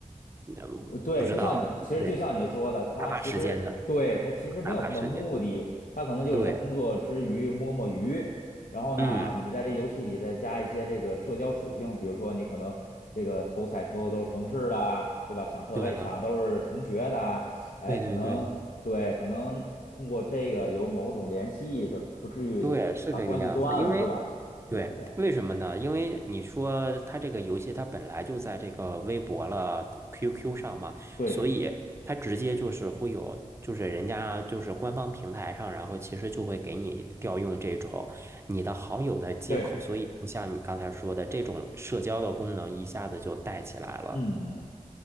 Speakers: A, on the right; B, on the left.
A: 嗯，
B: 我对，
A: 不知道，
B: 就像你，其实就像你说的，
A: 对，
B: 他其实对他其实没有什么目的，
A: 打发时间的，打发时间的，
B: 他可能就是在工作之余摸摸鱼，
A: 对，
B: 然后呢，
A: 嗯，
B: 你在这游戏里再加一些这个社交属性，比如说你可能这个偷菜偷的都是同事啊，对吧？抢车位抢的都是同学的啊，
A: 对啊，
B: 哎，
A: 对对对，
B: 可能对，可能通过这个有某种联系的，不至于把关系断了，
A: 对，是这个样子。因为，
B: 对吧？
A: 对，
B: 就是这样，
A: 为什么呢？因为你说它这个游戏它本来就在这个微博了、QQ 上嘛，
B: 对
A: 所以它直接就是会有，就是人家就是官方平台上，然后其实就会给你调用这种你的好友的接口，
B: 对，
A: 所以就像你刚才说的，这种社交的功能一下子就带起来了。
B: 嗯嗯。